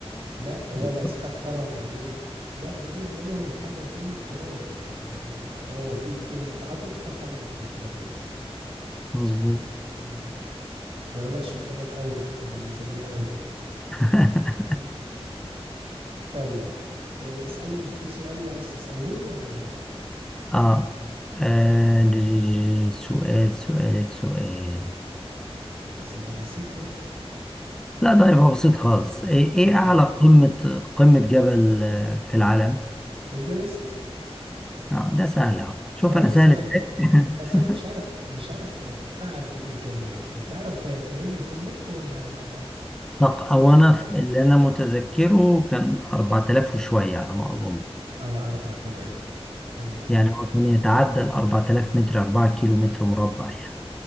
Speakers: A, on the right; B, in the centre.
A: لا ولا
B: بالظبط
A: استكترهم عليه لا بالنسبة لهم الحاجة دي تراب يعني آه، هو في كلمة اتعطت فخلاص بتتنفذ
B: مظبوط
A: مم. ما يقولكش البلد أولى ولا الميزانية أولى
B: <laughs>
A: مم. طيب آه، اسألني في سؤال عايز تسأله لي وأنا معاك
B: اه آه، د- د- د- سؤال سؤال سؤال
A: بس يبقى بسيط برضو
B: لا ده يبقى بسيط خالص ايه إيه
A: تمام
B: اعلى قمة قمة جبل آه، في العالم
A: إيفرست
B: اه ده سهل اهو شوف
A: اه
B: انا
A: بس
B: سهل
A: أنا م-
B: ازاي <laughs>
A: بس أنا مش عارف مش عارف ت- ارتفاع قد إيه كم متر تعرف آه، تقول لي كم متر ولا
B: طق-
A: كم كيلو
B: او
A: متر؟
B: انا ف- اللي انا متذكره كان 4000 وشوية على ما اظن
A: اه 4000 تمام
B: يعني هو كان يتعدى ال 4000 متر 4 كيلو متر مربع يعني